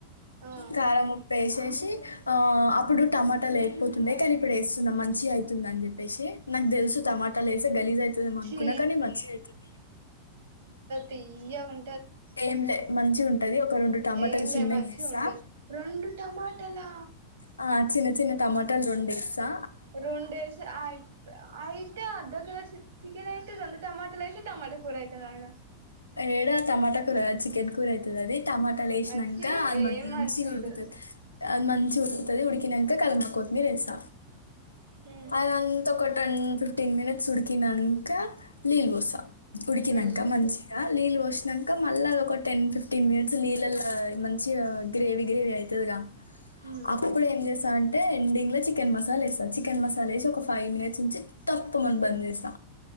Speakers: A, on the right; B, on the left.
A: ఆ
B: కారం ఉప్పు వేసేసి ఆ అప్పుడు టమాటా లేకపోతుండే కానీ ఇప్పుడు వేస్ స్త మంచి అయ్ తుంద అని చెప్ చెప్పేసి నాకు తెలుసు టమాటాలు
A: ఉమ్
B: వేసే గలీజ్ అవుతదేమో
A: చీ
B: అనుకున్నా కానీ మంచిగా అయ్ తుంది
A: తీయ్య ఉం
B: ఏంలే మంచిగ ఉన్ ఒక రెండు టమాటల్
A: ఏం లే
B: చిన్న
A: మంచిగా
B: వేస్తా
A: ఉండదు రెండు టమాటాలా
B: ఆ చిన్న చిన్న టమాటాలు రెండేసా
A: రెండేసి అయిత్ అయితే అర్ద గ్లాస్ చికెన్ ఐతే రెండు టమాటాలేసి టమమా కూర అయితది ఆడ
B: ఏడా టమాటా కూర చికెన్ కూర ఐతది అది టమాటాలు వేసినాన్క
A: వచ్చి
B: అది
A: ఏం
B: మంచిగ
A: మంచిగా
B: ఉడుకుతది
A: ఉండదు
B: అది మంచిగ ఉడుకుతది ఉడికినాక కాల కొత్తిమీర వేస్తా
A: హ్మ్
B: అదంత కొ టెన్ ఫిఫ్టీన్ మినిట్స్ ఉడికినంక నీళ్లు పోస్స ఉడికినంక
A: హ్మ్
B: మంచి నీళ్ళు పోసినాన్క మళ్ళ అది ఒక టెన్ ఫిఫ్టీన్ మినిట్స్ నీళ్ళలో మంచి గ్రేవీ గ్రేవీ అయితదిగా
A: హ్మ్
B: అప్పుడు ఎం చేస అం టే ఎండింగ్ లో చికెన్ మసాలా వేస్తా చికెన్ మసాలా వేసి ఒక ఫైవ్ మినిట్స్ నుంచి తప్పు మని బంద్ చేస్త